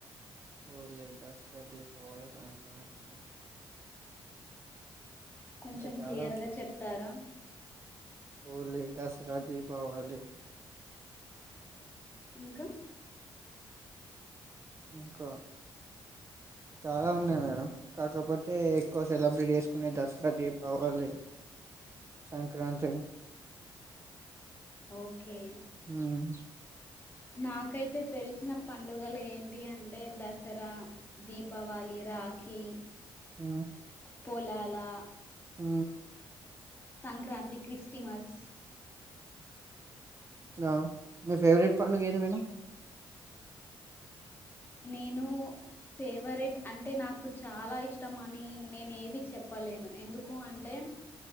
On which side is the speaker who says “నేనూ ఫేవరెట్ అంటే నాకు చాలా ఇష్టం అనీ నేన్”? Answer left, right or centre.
Left